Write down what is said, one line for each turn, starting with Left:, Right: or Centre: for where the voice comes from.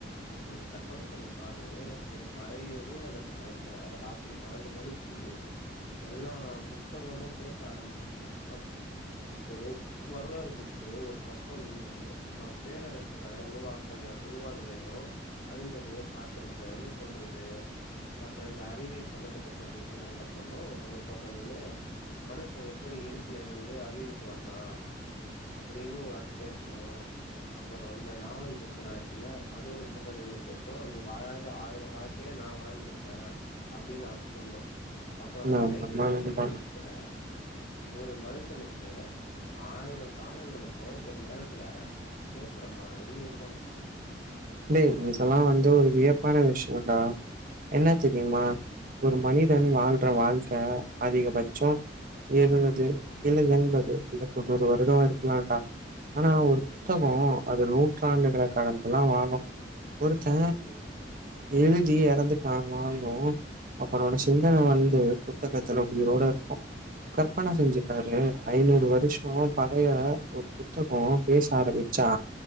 Left: இப்போ நீ கற்பன பண்ணி பாரு ஒரு பழைய நூலகத்துல இருக்குற ராத்துரு பன்னண்டு மணிக்கி எல்லா புஸ்தகங்களு பேச ஆரம்மிச்சுச்சுன்னா அப்போ வரலாறு ஃபுக்கு ஒரு பக்கொ நின்னு நா பேரரஸ் உருவாக்க உருவானதையு அழிஞ்சதையு பாத்துருக்கன்னு சொல்றது அப்புறோ இந்த அறிவியல் சம்பந்தப்பட்ட ஃபுக்கலா என்ன பண்ணு ஒரு பக்க நின்னு மனுஷ எப்படி இருட்டுல இருந்து அறிவுக்கு வந்தா அப்படின்னு அது பேசு அப்புற இந்த நாவல் ஃபுக்கல்லா இருக்குல்ல அது ஒரு ஃபுக்கா நின்னு பேசும் நீ வாழாத ஆயிர வாழ்க்கய நா வாழ்ந்திருக்க அப்டின்னு அது சொல்லு அப்பற அந்த
Right: ஆமா
Left: லைப்ரரி
Right: ஆமா நண்பா
Left: பகுள்ள நிக்கிற ஒரு மனுஷனுக்கு ஆயிரோ காலங்களுக்கோ ஒரு நேரத்துல பேசுற மாதுரி இரு
Right: நீ யூஸ்வலா வந்து ஒரு வியப்பான விஷ் ஓண்டா என்னா
Left: ம்
Right: தெரியுமா ஒரு மனிதன்
Left: ம்
Right: வாழ்ற வாழ்க் ரா அதிகபட்சோ இருவத் து இல்ல என்பது இல்ல தொண்ணூறு வருடொ இருக்குலான்டா ஆனா ஒரு
Left: ம்
Right: புத்தகோ அது நூற்றாண்டுகள கடந்துலா வாழு ஒருத்த
Left: ம்
Right: எழுதி எறந்துட்டானாலு அவரோட
Left: ம்
Right: சிந்தன வந்து புத்தகத்துல்ல உயிரோட இருக்கு கற்பன
Left: ம்
Right: செஞ்சுப்பாரு ஐநூறு வருஷோ பழைய ஒரு புத்தகம் பேச ஆரம்பிச்சா